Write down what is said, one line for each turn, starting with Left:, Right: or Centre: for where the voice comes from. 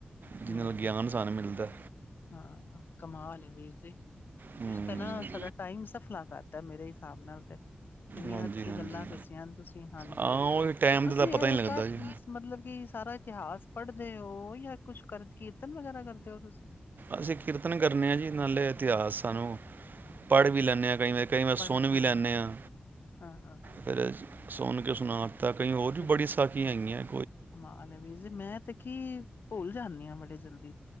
Right: ਜਿਹਦੇ
Left: ਹੂੰ,
Right: ਨਾਲ ਗਿਆਨ ਸਾਨੂੰ ਮਿਲਦਾ
Left: ਹਾਂ ਕਮਾਲ ਹੈ ਵੀਰ ਜੀ।
Right: ਹੂੰ
Left: ਤੁਸ ਤੇ ਨਾ ਸਾਡਾ ਟਾਈਮ ਸਫਲਾ ਕਰਤਾ ਮੇਰੇ ਹਿਸਾਬ ਨਾਲ ਤੇ। ਇੰਨੀਆਂ
Right: ਹਾਂਜੀ
Left: ਅੱਛੀ
Right: ਹਾਂਜੀ
Left: ਗੱਲਾਂ ਦੱਸੀਆਂ ਨੇ ਤੁਸੀਂ, ਹਾਂਜੀ
Right: ਹਾਂ ਉਹ ਟਾਈਮ
Left: ਤੁਸੀਂ
Right: ਦਾ ਤਾਂ ਪਤਾ
Left: ਇਹ
Right: ਹੀ ਨਹੀਂ
Left: <unintelligible>
Right: ਲੱਗਦਾ ਜੀ
Left: ਮਤਲਬ ਕਿ ਸਾਰਾ ਇਤਿਹਾਸ ਪੜ੍ਹਦੇ ਹੋ? ਓਹੀਓ ਕੁਛ ਕਰ ਕੀਰਤਨ ਵਗੈਰਾ ਕਰਦੇ ਹੋ ਤੁਸੀਂ?
Right: ਅਸੀਂ ਕੀਰਤਨ ਕਰਨੇ ਆਂ ਜੀ, ਨਾਲੇ ਇਤਿਹਾਸ ਸਾਨੂੰ ਪੜ੍ਹ ਵੀ ਲੈਂਨੇ ਆਂ ਕਈ ਵਾਰੀ। ਕਈ ਵਾਰ
Left: ਪੜ੍ਹਦੇ
Right: ਸੁਨ ਵੀ
Left: ਹੋ
Right: ਲੈਂਨੇ ਆਂ
Left: ਹਾਂ
Right: ਫਿਰ ਅਸੀਂ ਸੁਣ ਕੇ ਸੁਣਾ ਦਿੱਤਾ, ਕਈ ਹੋਰ
Left: ਸੁਣ
Right: ਵੀ ਬੜੀ ਸਾਖੀਆਂ ਹੈਗੀਆਂ ਨੇ।
Left: ਕਮਾਲ ਐ ਵੀਰ ਜੀ, ਮੈਂ ਤੇ ਕੀ ਭੁੱਲ ਜਾਂਦੀ ਹਾਂ ਬੜੇ ਜਲਦੀ